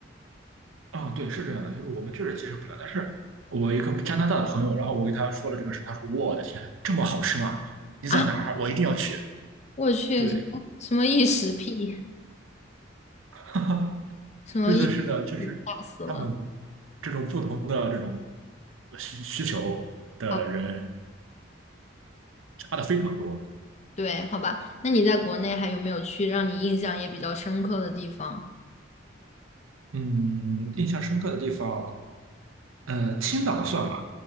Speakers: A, on the right; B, on the left.
A: 啊、对，是这样的，就是我们确实接受不了。但是我一个加拿大的朋友，然后我给他说了这个事，他说：“我的天，这么好吃吗？你在哪儿？
B: 啊，
A: 我一定要去。”
B: 我去，
A: 对，
B: 什么什么异食癖，
A: <laughs>
B: 什么异食癖，
A: 对对，是的，就是他们这种不同的
B: 吓死了。
A: 需需求的人
B: 好，
A: 差的非常多。
B: 对，好吧。那你在国内还有没有去让你印象也比较深刻的地方
A: 嗯，印象深刻的地方，呃，青岛算吗？